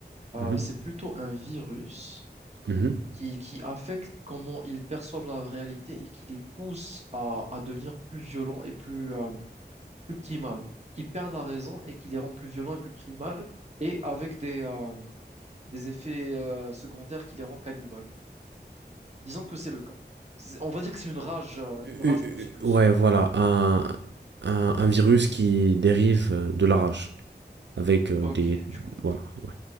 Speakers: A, on the right; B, on the right.
A: euh,
B: Mhm.
A: c'est plutôt un virus
B: Mhm.
A: qui, qui affecte comment ils perçoivent la réalité et qui les pousse à, à devenir plus violents et plus, euh, plus primals, qui perdent la raison et qui les rend plus violents et plus primals, et avec des, euh, des effets euh, secondaires qui les rend cannibales. Disons que c'est le cas. C'est- On va dire que c'est une rage, euh,
B: Euh,
A: une rage plus plus.
B: euh, Ouais, voilà, un, un, un virus qui dérive euh, de la rage. avec euh,
A: Ok,
B: des
A: du coup.
B: voilà. ouais.